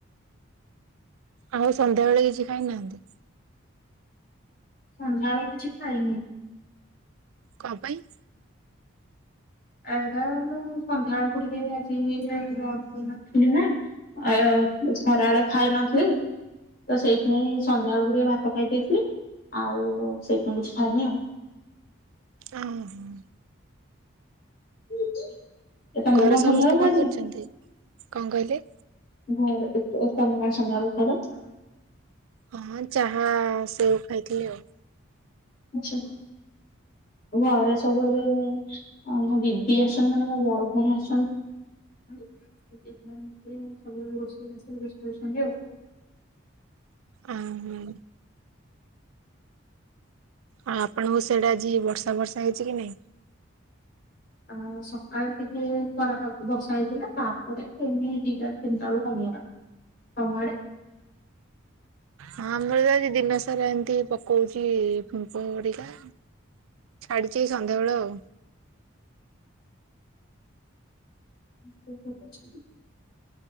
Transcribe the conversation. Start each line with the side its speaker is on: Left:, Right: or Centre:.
Right: ଆଉ ସନ୍ଧ୍ୟାବେଳେ କିଛି ଖାଇନାହାନ୍ତି?
Left: ସନ୍ଧ୍ୟାବେଳେ କିଛି ଖାଇନି।
Right: କଁ ପାଇଁ?
Left: ଏଟା ମୁଁ ସନ୍ଧ୍ୟା ବେଳୁକୁ ଟିକେ ଆଜି ନଥିଲିନା। ଏ ଖରାଏଳେ ଖାଇ ନଥିଲି। ତ ସେଇଥିପାଇଁ ସନ୍ଧ୍ୟା ବେଳକୁ ଟିକେ ଭାତ ଖାଇ ଦେଇଥିଲି। ଆଉ ସେଇଥିପାଇଁ କିଛି ଖାଇନି ଆଉ।
Right: ଉଁ ହୁଁ।
Left: <inaudible> ତମେ
Right: ଘରେ
Left: କଣ
Right: ସମସ୍ତେ
Left: ସନ୍ଧ୍ୟାବେଳକୁ ଖାଇଥିଲ?
Right: କଣ କରୁଛନ୍ତି? କଣ କହିଲେ?
Left: ଘରେ ତ ତମେ କଣ ସନ୍ଧ୍ୟା ବେଳକୁ ଖାଇଲ?
Right: ହଁ ଚାହା, ସେଉ ଖାଇଥିଲି ଆଉ।
Left: ଆଚ୍ଛା। ଘରେ ସବୁ ଏବେ ଆମ ଦିଦି ଆସନ୍ତି ମାନେ ମୋ ବଡ ଭଉଣୀ ଆସନ୍ତି। <unintelligible> ସବୁ ରୋଷେଇବାସରେ ବେସ୍ତ ଅଛନ୍ତି ଆଉ।
Right: ଆଉ ମୁଁ ଆଉ ଆପଣଙ୍କ ସିଆଡେ ଆଜି ବର୍ଷା ବର୍ଷା ହେଇଛି କି ନାଇଁ?
Left: ଆ ସକାଳେ ଟିକେ ଖରାଟା ବର୍ଷା ହେଇଥିଲା। ତାପରେ ଏମିତି ଦିଟା ତିନିଟା ବେଳୁକୁ କମିଗଲା। ତମ ଆଡେ?
Right: ହଁ ଆମର ବି ଆଜି ଦିନସାରା ଏମିତି ପକଉଛି ଫିମ୍ପି ପରିକା। ଛାଡିଚି ଏ ସନ୍ଧ୍ୟାବେେଳୁ ଆଉ।
Left: ଘରେ ସବୁ ଭଲ ଅଛନ୍ତି?